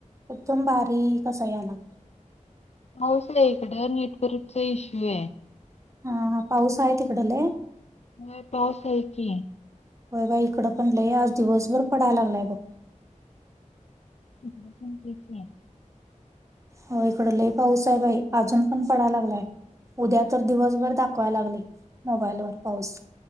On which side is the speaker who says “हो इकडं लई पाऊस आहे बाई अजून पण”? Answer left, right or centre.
Right